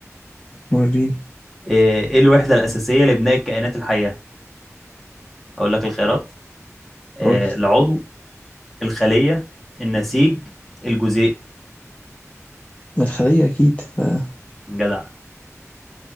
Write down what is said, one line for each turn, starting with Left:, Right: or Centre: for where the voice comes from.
Left: وريني
Centre: آه، ايه الوحده الاساسيه لبناء الكائنات الحيه اقول لك الخيارات آه،
Left: قول لي.
Centre: العضو الخليه النسيج الجزيء
Left: الخلية اكيد آه،
Centre: جدع